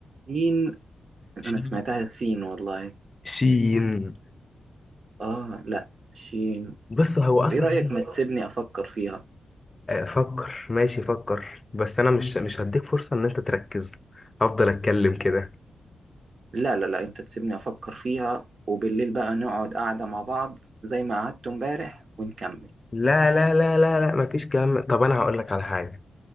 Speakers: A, on the right; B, on the left.
A: سين أنا
B: سين
A: سمعتها سين والله
B: سين
A: اه لا شين
B: بص هو
A: طب
B: أصلا
A: ايه رأيك ما تسيبني أفكر فيها
B: آه، فكر ماشي فكر بس أنا مش مش هديك فرصة إن أنت تركز هفضل أتكلم كده
A: لا لا لا انت تسيبني أفكر فيها وبالليل بقى نقعد قاعدة مع بعض زي ما قعدت امبارح ونكمل
B: لا لا لا لا لا مفيش كلام طب أنا هقول لك على حاجة